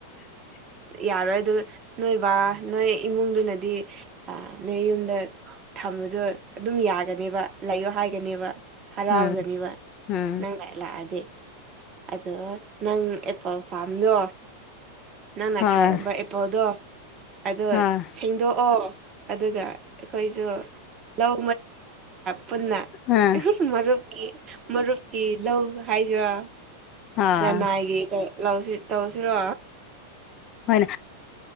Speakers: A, on the left; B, on the right.
A: <unintelligible>
B: ꯌꯥꯔꯣꯏ ꯑꯗꯨ ꯅꯣꯏ ꯕꯥ ꯅꯣꯏ ꯏꯃꯨꯡꯗꯨꯅꯗꯤ ꯅꯣꯏ ꯌꯨꯝꯗ ꯗ ꯑꯗꯨꯝ ꯌꯥꯒꯅꯦꯕ ꯂꯥꯛꯌꯑꯣ ꯍꯥꯏꯒꯅꯦꯕ ꯍꯔꯥꯎꯗꯅꯦꯕ
A: ꯎꯝ ꯎꯝ
B: ꯅꯪ ꯂꯥꯏ ꯂꯥꯛꯑꯗꯤ ꯑꯗꯣ ꯅꯪ ꯐꯥꯝꯗꯣ ꯅꯪꯅ
A: ꯍꯣꯏ
B: ꯊꯥꯔꯝꯕ ꯑꯦꯄꯣꯜꯗꯣ ꯑꯗꯣ
A: ꯍꯣꯏ
B: ꯁꯦꯡꯗꯣꯛꯑꯣ ꯑꯗꯨꯒ ꯑꯩꯈꯣꯏꯁꯨ ꯂꯧ ꯄꯨꯟꯅ
A: ꯑꯥ
B: ꯃꯔꯨꯞꯀꯤ ꯃꯔꯨꯞꯀꯤ ꯂꯧ ꯍꯥꯏꯗꯨꯔꯥ
A: ꯑꯥ
B: ꯂꯅꯥꯏꯒꯤ ꯂꯧꯁꯤ ꯇꯧꯁꯤꯔꯣ
A: ꯍꯅ